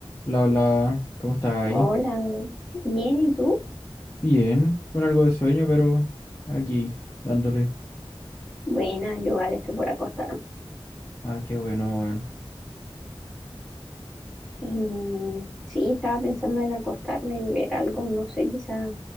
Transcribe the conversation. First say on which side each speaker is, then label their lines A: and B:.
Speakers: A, on the left; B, in the centre.
A: Hola, hola, ¿cómo estás ahí?
B: Hola, bien, ¿y tú?
A: Bien, con algo de sueño, pero aquí dándole.
B: Buena, yo vale, estoy por acostarme.
A: Ah, qué bueno, weón.
B: Em, sí, estaba pensando en acostarme y ver algo, no sé, quizá